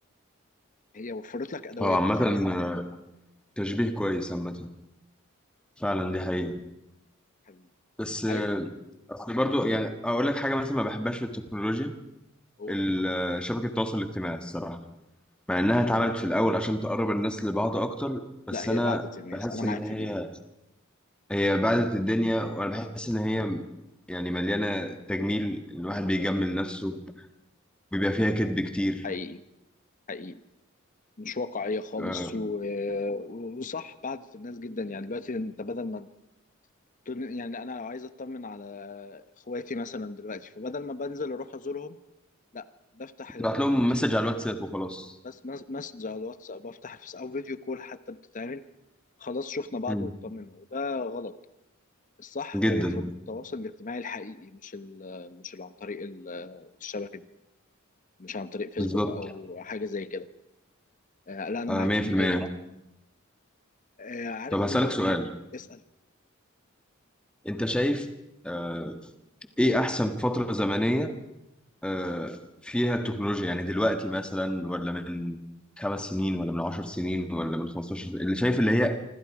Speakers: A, on the left; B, in the centre.
A: هي وفرت لك أدوات
B: اه عامه آه، تشبيه كويس عامه فعلا دي حقيقه
A: حبيبي
B: بس آه،
A: عاي...
B: اصل
A: قول
B: برضو يعني اقول لك حاجه مثلا ما بحبهاش في التكنولوجيا
A: قول
B: ال- آه، شبكه التواصل الاجتماعي الصراحه مع انها اتعملت
A: آه
B: في الاول عشان تقرب الناس لبعض اكتر بس
A: لا هي
B: انا
A: بعدت الناس
B: بحس
A: أنا معاك
B: ان هي
A: في دي
B: هي بعدت الدنيا وانا بحس ان هي يعني مليانه تجميل الواحد بيجمل نفسه بيبقى فيها كذب كتير
A: حقيقي حقيقي مش واقعية خالص
B: أه.
A: و... وصح بعدت الناس جدا يعني دلوقتي أنت بدل ما تن- يعني أنا لو عايز أطمن على إخواتي مثلا دلوقتي فبدل ما بنزل أروح أزورهم لا بفتح
B: تبعت لهم مسج على الواتساب وخلاص
A: بس مس- مسج على الواتس او بفتح في او فيديو كول حتى بتتعمل خلاص شفنا بعض
B: مم.
A: واطمنا وده غلط الصح
B: جدا
A: هو في التواصل الاجتماعي الحقيقي مش ال مش اللي عن طريق ال- الشبكه دي مش عن طريق فيسبوك
B: بالظبط
A: او حاجه زي كده آه لا انا
B: آه،
A: معاك
B: 100%
A: في دي جامد آه عارف
B: طب هسألك
A: من ضمن
B: سؤال
A: اسال
B: انت شايف آه، ايه احسن فترة زمنية آه، فيها التكنولوجيا يعني دلوقتي مثلا ولا من خمس سنين ولا من عشر سنين ولا من 15 اللي شايف اللي هي